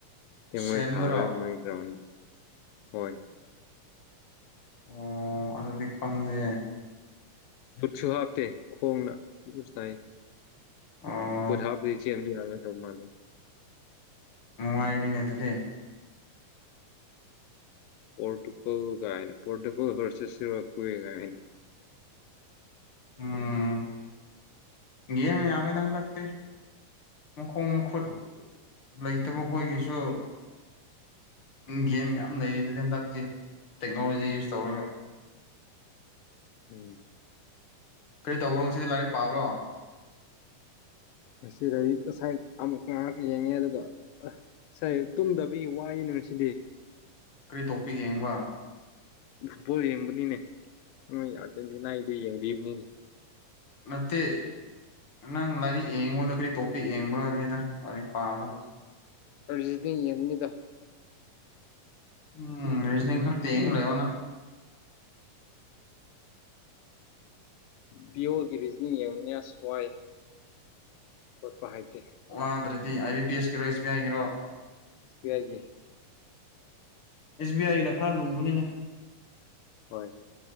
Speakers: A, on the left; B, on the left.
A: ꯀ
B: ꯁꯦꯟꯗꯔꯣ
A: ꯃꯣꯏ ꯊꯔꯥ ꯃꯣꯏꯒ꯭ꯔꯥꯎ ꯍꯣꯏ
B: ꯑꯣ ꯑꯗꯨꯗꯤ ꯈꯪꯗꯦ
A: ꯈꯨꯠꯁꯨ ꯍꯥꯞꯇꯦ ꯈꯣꯡꯅ ꯑꯗꯨ ꯁꯅꯥꯏ
B: ꯑꯣ
A: ꯄꯨꯊꯥꯤꯁꯤꯕꯤ ꯌꯥꯦ ꯇ ꯃꯥ
B: ꯃꯅꯨꯡꯉꯥꯏꯒꯅꯤ ꯅꯠꯇꯗꯤ
A: ꯄꯣꯣꯔꯇꯨꯀꯣꯒꯥꯏꯅ ꯄꯣꯣꯔꯇꯨꯀꯣ ꯐꯔꯁ ꯁꯋꯥꯀꯨꯋꯒꯥꯏꯅꯤ
B: ꯎꯝ ꯦ ꯑꯃꯤ ꯊꯥꯟ ꯂꯥꯛꯇ ꯃꯈꯣꯡ ꯃꯈꯨꯠ
A: ꯎꯝ
B: ꯂꯩꯇꯕ ꯑꯩꯈꯣꯏꯒꯤꯁꯨ ꯒꯦꯝ ꯌꯥꯝ ꯂꯩꯔꯤꯗꯨꯗꯤ ꯍꯟꯗꯛꯇꯤ ꯇꯦꯛꯅꯣꯂꯣꯖꯤ ꯌꯨꯁ ꯇꯧꯔꯒ
A: ꯎꯝ
B: ꯀꯔꯤ ꯇꯧꯕ꯭ꯔꯣꯁꯤꯗ ꯂꯥꯏꯔꯤꯛ ꯄꯥꯕ꯭ꯔꯣ
A: ꯉꯁꯤ ꯂ ꯉꯁꯥꯏ ꯑꯃꯨꯛ ꯉꯥꯏꯍꯥꯛ ꯌꯦꯡꯉꯦ ꯑꯗꯨꯒ ꯑ ꯉꯁꯥꯏ ꯇꯨꯝꯗꯕꯤꯒꯤ ꯋꯥꯏꯅꯦ ꯁꯤ
B: ꯀꯔꯤ ꯇꯣꯄꯤꯛ ꯌꯦꯡꯕ
A: ꯐꯨꯠꯕꯣꯜ ꯌꯦꯡꯕꯅꯤꯅꯦ ꯅꯣꯏ ꯑꯥꯔꯖꯦꯟꯇꯤꯅꯥꯒꯤꯗꯨ ꯌꯦꯡꯕꯤꯕꯅꯤꯅꯦ
B: ꯅꯠꯇꯦ ꯅꯪ ꯂꯥꯏꯔꯤꯛ ꯌꯦꯡꯉꯕꯗ ꯀꯔꯤ ꯇꯣꯄꯤꯛ ꯌꯦꯡꯕ꯭ꯔꯕꯅꯤꯗ ꯂꯥꯏꯔꯤꯛ ꯄꯥꯕꯗ
A: ꯑꯔꯖꯤꯗꯤ ꯌꯦꯅꯤꯗ
B: ꯎꯝ ꯔ ꯈ ꯌꯦ
A: ꯎꯝ
B: ꯂꯩꯣꯅ
A: ꯕꯤꯌꯣꯒꯤ ꯔꯤꯖꯅꯤꯡ ꯌꯦꯡꯎꯨꯅꯤꯌꯥ ꯁꯋꯥꯏ ꯈꯣꯠꯄ ꯍꯥꯏꯗꯦ
B: ꯋꯥꯗ꯭ꯔꯗꯤ ꯑꯥꯏ ꯕꯤ ꯄꯤ ꯑꯦꯁꯀꯤꯔꯣ ꯑꯦꯁ ꯕꯤ ꯑꯥꯏꯒꯤꯔꯣ
A: ꯁꯄꯤꯤ ꯍꯥꯏꯒꯤꯦ
B: ꯑꯦꯁꯕꯤ ꯑꯏ ꯂꯈꯔꯥ ꯂꯨꯕꯅꯦꯅꯦ
A: ꯍꯣꯏ